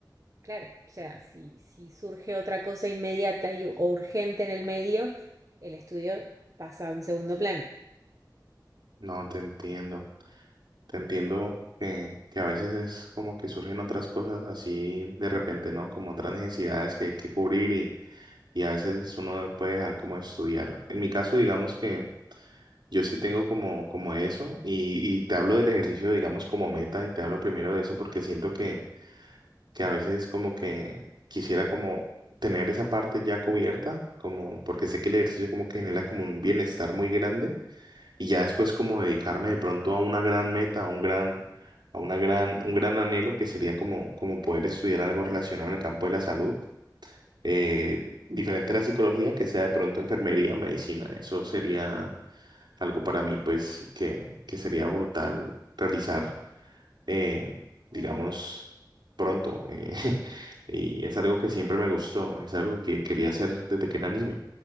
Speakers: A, on the right; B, on the right.
A: claro, o sea, si, si surge otra cosa inmediata y, o urgente en el medio, el estudio pasa a un segundo plano.
B: No, te entiendo. Te entiendo que, que a veces es como que surgen otras cosas así de repente, ¿no? Como otras necesidades que hay que cubrir y, y a veces uno puede dejar como de estudiar. En mi caso, digamos que yo sí tengo como, como eso y, y te hablo del ejercicio, digamos, como meta y te hablo primero de eso porque siento que, que a veces es como que quisiera como tener esa parte ya cubierta, como porque sé que el ejercicio como que genera como un bienestar muy grande y ya después
A: Ujú.
B: como dedicarme de pronto a una gran meta, a un gran, a una gran, un gran anhelo que sería como, como poder estudiar algo relacionado en el campo de la salud, eh, diferente a la psicología, que sea de pronto enfermería, medicina, eso sería algo para mí pues que, que sería brutal realizar eh, digamos,
A: Wow.
B: pronto. eh, <laughs> y es algo que siempre me gustó, es algo que quería hacer desde que era niño,